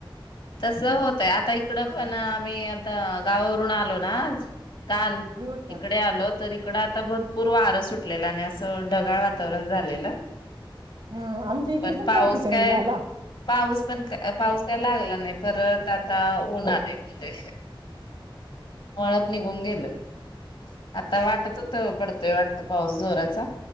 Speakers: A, on the left; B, on the right.
A: तस होतय आता इकडं पण आम्ही आता गावावरून वरून आलो ना आज काल
B: मी होता
A: इकडे आलो तर इकड आता भरपूर वार सुट लेला न्यास त ढगाळ वातावरण झालेलं
B: ह आमच्या इकडे
A: पण पाऊस
B: काही ठिकाणी
A: काय
B: झाला
A: पाऊस पण क पा पाऊस काय लागला नाही परत आता उन आलंय म्हणजे मळ्यात निघून गेलं. आता वाटत होतं पडतोय वाटत पाऊस जोराचा.